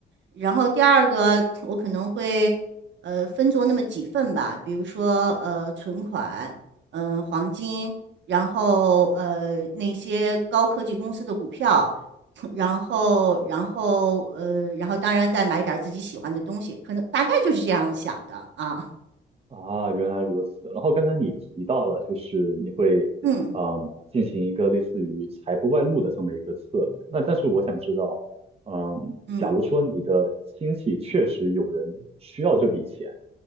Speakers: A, on the right; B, on the right.
A: 然后第二个，我可能会呃分作那么几份吧，比如说呃存款，嗯、呃黄金，然后呃那些高科技公司的股票，然后，然后，呃，然后当然再买点儿自己喜欢的东西，可能大概就是这样想的啊。
B: 啊，原来如此。然后刚刚你提到了，就是你会，
A: 嗯
B: 嗯，进行一个类似于财不外露的这么一个策略。那但是我想知道，嗯，
A: 嗯
B: 假如说你的亲戚确实有人需要这笔钱。